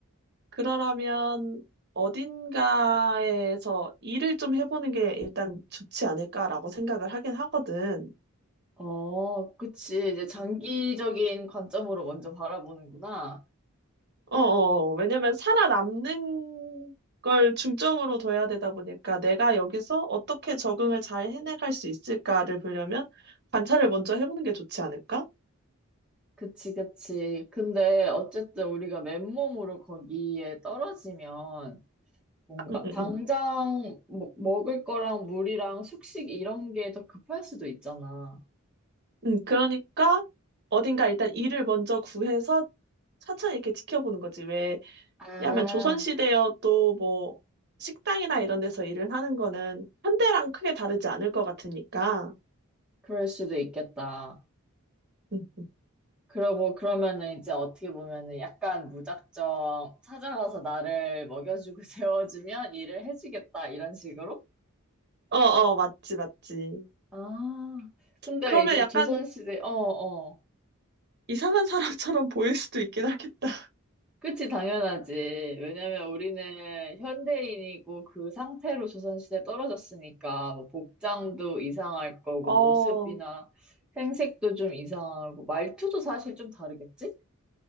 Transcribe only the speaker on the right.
그러려면 어딘가에서 일을 좀 해보는 게 일단 좋지 않을까라고 생각을 하긴 하거든.
어, 어. 왜냐면 살아남는 걸 중점으로 둬야 되다 보니까 내가 여기서 어떻게 적응을 잘 해내갈 수 있을까를 보려면 관찰을 먼저 해보는 게 좋지 않을까?
음, 음,
음.
음, 그러니까 어딘가 일단 일을 먼저 구해서 차차 이렇게 지켜보는 거지. 왜냐하면
조선시대여도 뭐 식당이나 이런 데서 일을 하는 거는 현대랑 크게 다르지 않을 것 같으니까.
음.
어, 어, 맞지, 맞지.
그러면
약간
이상한 사람처럼 보일 수도 있긴 하겠다.
어,